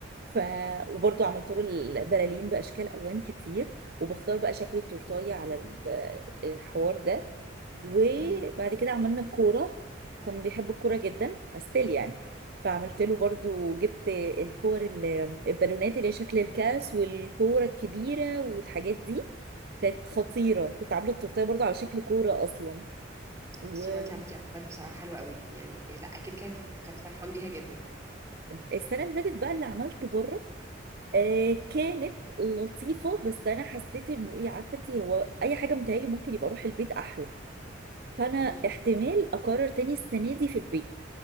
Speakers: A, on the right (about 55°); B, on the right (about 15°).
A: ف وبرضه عملت له البلالين باشكال الوان كتير وبختار بقى شكل التورتايه على الحوار ده وبعد
B: مم.
A: كده عملنا كورة كان بيحب الكورة جدا استيل يعني فعملت له برضو جبت الكور ال- البالونات اللي هي شكل الكاس والكورة الكبيرة والحاجات دي كانت خطيرة كنت عاملة التورتية برضو على شكل كورة أصلا وجدا
B: بس هو انت عملتي افكار بصراحه حلوه قوي يعني لا اكيد كانت كان فرحان بيها جدا
A: السنة اللي فاتت بقى اللي عملت بره آه كانت لطيفة بس أنا حسيت إنه إيه عارفة إنتي هو أي حاجة متهيألي ممكن يبقى أروح البيت أحلى فأنا
B: امم
A: احتمال أقرر تاني السنة دي في البيت